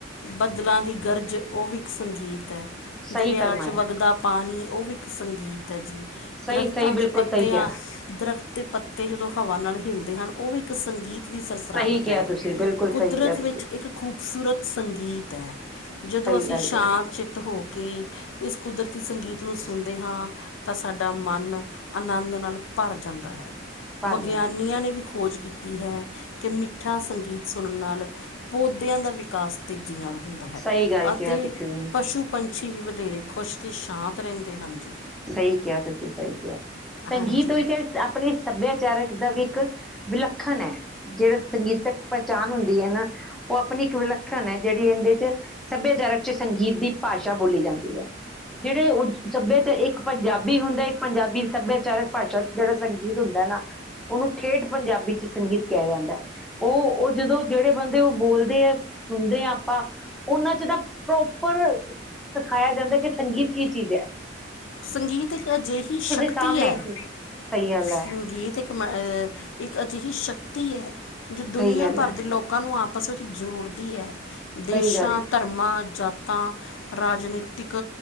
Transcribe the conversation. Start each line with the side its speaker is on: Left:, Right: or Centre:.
Left: ਬੱਦਲਾਂ ਦੀ ਗਰਜ ਉਹ ਵੀ ਇੱਕ ਸੰਗੀਤ ਹੈ।
Centre: ਸਹੀ
Left: ਦਰਿਆ
Centre: ਫਰਮਾਇਆ
Left: ਚ ਵਗਦਾ ਪਾਣੀ ਉਹ ਵੀ ਇੱਕ ਸੰਗੀਤ ਹੈ ਜੀ।
Centre: ਸਹੀ
Left: ਦਰਖਤਾਂ
Centre: ਸਹੀ ਬਿਲਕੁਲ
Left: ਦੇ ਪੱਤਿਆਂ
Centre: ਸਹੀ ਕਿਹਾ
Left: ਦਰਖਤ ਦੇ ਪੱਤੇ ਜਦੋਂ ਹਵਾ ਨਾਲ ਹਿੱਲਦੇ ਹਨ ਉਹ ਵੀ ਇੱਕ ਸੰਗੀਤ। ਕਿਨੀ ਸਰ ਸਰਾਹਤ
Centre: ਸਹੀ ਕਿਹਾ
Left: ਹੈ
Centre: ਤੁਸੀਂ ਬਿਲਕੁਲ
Left: ਕੁਦਰਤ
Centre: ਸਹੀ ਕਿਹਾ ਤੁਸੀਂ
Left: ਵਿੱਚ ਇੱਕ ਖੂਬਸੂਰਤ ਸੰਗੀਤ ਹੈ ਜਦੋਂ
Centre: ਸਹੀ
Left: ਅਸੀਂ
Centre: ਗੱਲ
Left: ਸ਼ਾਂ
Centre: ਕਹੀ
Left: ਚ ਹੋਕੇ, ਇਸ ਕੁਦਰਤੀ ਸੰਗੀਤ ਨੂੰ ਸੁਣਦੇ ਹਾਂ। ਤਾਂ ਸਾਡਾ ਮਨ ਆਨੰਦ ਨਾਲ ਭਰ ਜਾਂਦਾ ਹੈ।
Centre: ਭਰ
Left: ਵਿਗਿਆਨੀਆਂ
Centre: ਜਾਂਦੇ ਆ ਫਿਰ।
Left: ਨੇ ਵੀ ਖੋਜ ਕੀਤੀ ਹੈ ਕਿ ਮਿੱਠਾ ਸੰਗੀਤ ਸੁਣਨ ਨਾਲ ਪੌਦਿਆਂ ਦਾ ਵਿਕਾਸ ਤੇਜ਼ੀ ਨਾਲ ਹੁੰਦਾ ਹੈ
Centre: ਸਹੀ ਗੱਲ
Left: ਅਤੇ
Centre: ਕਿਹਾ ਤੁਸੀਂ
Left: ਪਸ਼ੂ ਪੰਛੀ ਵੀ ਵਧੇਰੇ ਖੁਸ਼ ਤੇ ਸ਼ਾਂਤ ਰਹਿੰਦੇ ਹਨਾਂ ਜੀ
Centre: ਸਹੀ ਕਿਆ, ਤੁਸੀਂ ਸਹੀ ਕਿਆ, ਸੰਗੀਤ
Left: ਹਾਂਜੀ,
Centre: ਉਹੀ ਕ ਆਪਣੇ ਸੱਭਿਆਚਾਰਕ ਦਾ ਵੀ ਇੱਕ ਵਿਲੱਖਣ ਹੈ। ਜਿਹੜਾ ਸੰਗੀਤਕ ਪਹਿਚਾਣ ਹੁੰਦੀ ਹੈ ਨਾ ਉਹ ਆਪਣੀ ਇੱਕ ਵਿਲੱਖਣ ਹੈ ਜਿਹੜੀ ਇਹਦੇ ਚ ਸੱਭਿਆਚਾਰਕ'ਚ ਸੰਗੀਤ ਦੀ ਭਾਸ਼ਾ ਬੋਲੀ ਜਾਂਦੀ ਐ, ਜਿਹੜੇ ਉਹ ਸੱਭਿਆ ਇੱਕ ਪੰਜਾਬੀ ਹੁੰਦਾ ਇੱਕ ਪੰਜਾਬੀ ਸੱਭਿਆਚਾਰਕ ਭਾਸ਼ਾ ਚ ਜਿਹੜਾ ਸੰਗੀਤ ਹੁੰਦਾ ਨਾ। ਉਹਨੂੰ ਠੇਠ ਪੰਜਾਬੀ ਚ ਸੰਗੀਤ ਕਿਹਾ ਜਾਂਦਾ ਹੈ। ਉਹ ਉਹ ਜਦੋਂ ਜਿਹੜੇ ਬੰਦੇ ਉਹ ਬੋਲਦੇ ਆ ਸੁਣਦੇ ਆ ਆਪਾਂ ਉਹਨਾਂ'ਚ ਤਾਂ ਪ੍ਰੋਪਰ ਸਿਖਾਇਆ ਜਾਂਦਾ, ਕਿ ਸੰਗੀਤ ਕੀ ਚੀਜ਼ ਐ।
Left: ਸੰਗੀਤ ਇੱਕ ਅਜਿਹੀ ਸ਼ਕਤੀ
Centre: ਸਾਹਮਣੇ
Left: ਹੈ।
Centre: ਸਹੀ ਗੱਲ
Left: ਸੰਗੀਤ
Centre: ਹੈ
Left: ਇੱਕ ਇੱਕ ਅਜਿਹੀ ਸ਼ਕਤੀ ਹੈ, ਜੋ ਦੁਨੀਆ
Centre: ਸਹੀ ਗੱਲ
Left: ਭਰ
Centre: ਹੈ,
Left: ਦੇ ਲੋਕਾਂ ਨੂੰ ਆਪ ਆਪਸ ਵਿੱਚ ਜੋੜਦੀ ਹੈ, ਦੇਸ਼ਾਂ,
Centre: ਸਹੀ ਗੱਲ ਹੈ,
Left: ਧਰਮਾਂ, ਜਾਤਾਂ ਰਾਜਨੀਤਿਕ